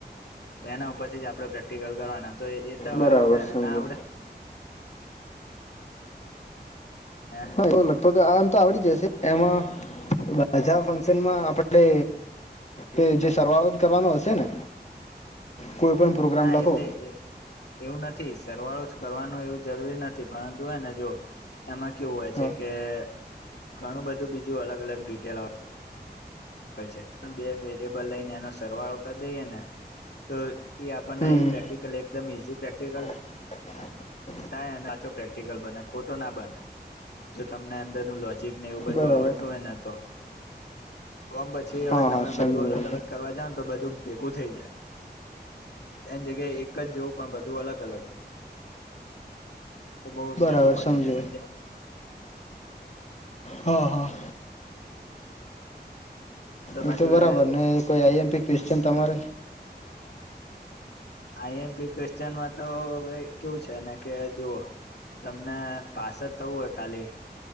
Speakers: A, on the left; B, on the left.
A: એના ઉપરથી જ આપણે પ્રેક્ટિકલ કરવાના તો એ તો હવે
B: બરાબર
A: આવડે ને
B: સમજો
A: ના આવડે. હા.
B: તો લગભગ આ આમ તો આવડી જશે એમાં <unintelligible> ફંક્શનમાં આપણને તે જે સરવાળો જ કરવાનો હશે ને કોઈ પણ પ્રોગ્રામ
A: ના
B: લખો.
A: એટલે એવું નથી સરવાળો જ કરવાનું એવું જરૂરી નથી પરંતુ હેને જો એમાં કેવું હોય છે
B: હા
A: કે ઘણું બધું બીજું અલગ અલગ ડિટેલ આવ પચે બે વેરિયેબલ લઈને એનો સરવાળો કરી દઈએ ને તો એ આપણને
B: હમ
A: એ
B: હમ
A: પ્રેક્ટિકલ એકદમ ઈઝી પ્રેક્ટિકલ
B: <inaudible>
A: થાય અને પાછુ પ્રેક્ટિકલ બને ખોટોના બને જો તમને અંદરનું લો જીકને એવું બધું
B: બરાબર
A: આવડતું હોય ને તો ઓમ પછી
B: હા
A: હવે તમે
B: હા સમજ્યો
A: બધું અલગ
B: એ
A: અલગ
B: તો
A: કરવા જા ને તો બધું ભેગું થઈ જાય એની જગ્યાએ એક એક જ જેવું પણ બધું અલગ અલગ. તો બઉ સહેલું
B: બરાબર
A: પડી
B: સમજ્યો
A: જાય સમજ્યા.
B: હ હ.
A: તમારી
B: ઈતો
A: જોડે
B: બરાબર ને કોઈ આઈ. એમ. પી. ક્વેશ્ચન તમારે.
A: આઈ. એમ. પી. ક્વેશ્ચનમાં તો હવે કેવું છે ને કે જો તમને પાસે જ થવું હોય ખાલી